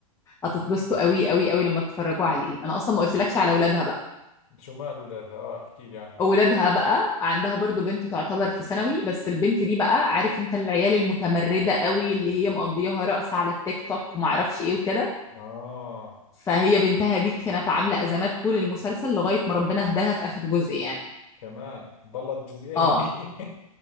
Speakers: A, on the left (about 15°); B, on the left (about 55°).
A: هتتبسطوا قوي قوي قوي لما تتفرجوا عليه انا اصلا ما قلتلكش على اولادها
B: شو مال اولادها اه احكي لي عنهم
A: ولادها بقى عندها برضو بنت تعتبر في ثانوي بس البنت دي بقى عارف انت العيال المتمردة قوي اللي هي مقضياها رقص على التيك توك ومعرفش ايه وكده
B: اه
A: فهي بنتها دي كانت عاملة أزمات طول المسلسل لغاية ما ربنا هداها في آخر جزء يعني
B: كمان ضلت جزئين
A: اه
B: وهي